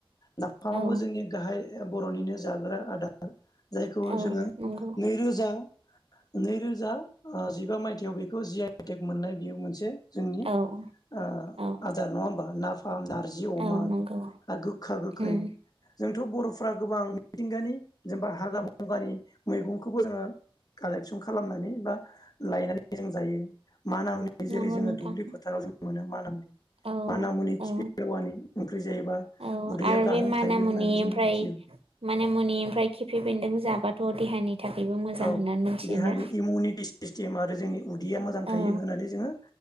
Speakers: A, on the left (about 45°); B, on the right (about 80°).
A: नाफामाबो
B: औ
A: जोंनि गाहाय <unintelligible> बर'निनो जाग्रा आदार। जायखौ
B: औ
A: जोङो
B: नंगौ
A: नैरोजा दा नैरोजा ओ जिबा मायथाइयाव बेखौ जि आइटेक मोननाय बियो मोनसे जोंनि ओ
B: औ औ
A: आदार नङा होमबा? नाफा फाम नारजि अमा
B: औ नंगौ
A: आरो गोखा -गोखै
B: उम
A: जोंथ' बर'फ्रा गोबां मिथिंगानि जेनेबा हागा बंग्रानि मैगंखौबो जोङो कालेकसन खालामनानै बा लायनानै जों जायो । माना मुनि
B: नंगौ
A: जेरै जोङो
B: नोंथां
A: दुब्लि फोथाराव जों मोनो मा औ ।
B: औ
A: माना मुनि
B: औ
A: खिपि लेवानि ओंख्रि जायोबा
B: औ
A: उदैया
B: आरो
A: गाहाम
B: बे मानामुनि
A: थायो होननानै जों
B: ओमफ्राय
A: मिथियो
B: मानामुनि ओमफ्राय खिफि बेन्दों जाबाथ' देहानि थाखायबो मोजां
A: औ
B: होननानै मिथियोना
A: देहानि इमउनिटि सिसटिम आरो जोंनि उदैया मोजां थायो
B: औ
A: होननानै जोङो